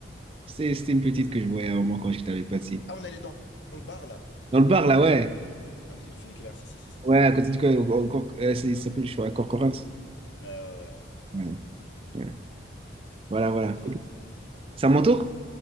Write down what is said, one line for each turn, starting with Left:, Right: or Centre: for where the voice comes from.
Right: c'est- C'était une petite que je voyais à un moment quand j'étais avec Patsy.
Left: Ah, on allait dans dans le bar, là,
Right: Dans le bar, là, ouais.
Left: à côté du funiculaire. Si, si, si, si.
Right: Ouais, à côté du. co- au- au- cor- euh, c'est- Il s'appelle, je crois, Corcorance.
Left: Ouais, ouais, ouais.
Right: Ouais, ouais. Voilà, voilà.
Left: Ok.
Right: Ok. C'est à mon tour?